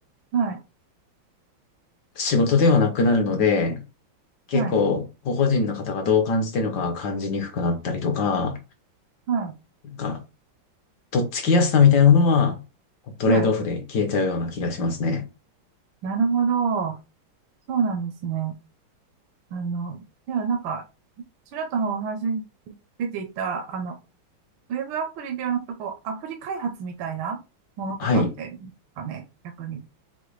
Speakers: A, on the right; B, on the left.
A: はい。
B: 仕事ではなくなるので、結構、
A: はい、
B: 個々人の方がどう感じてるのかが感じにくくなったりとか、
A: は
B: なんか、とっつきやすさみたいなものは、トレードオフで消えちゃうような気がしますね。
A: い、はい。なるほど。そうなんですね。あの、ではなんか、ちらっとお話に出ていた、あの、ウェブアプリではなくて、こう、アプリ開発みたいなものとかって、
B: はい。
A: かね、逆に。